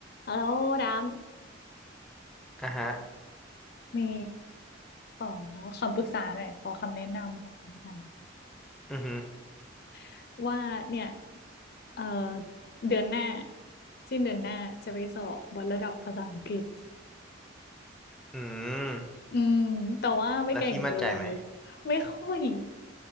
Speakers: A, on the left; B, in the centre.
A: แล้วดาม
B: อ่ะฮะ
A: มีขอคำปรึกษาหน่อยขอคำแนะนำขอคำแนะนำ
B: อือหือ
A: <coughs> ว่าเนี่ยเอ่อเดือนหน้าสิ้นเดือนหน้าจะไปสอบวัดระดับภาษาอังกฤษ
B: อืม
A: อืมแต่ว่าไม่เก่งเลย
B: แล้วพี่มั่นใจไหม
A: ไม่ค่อย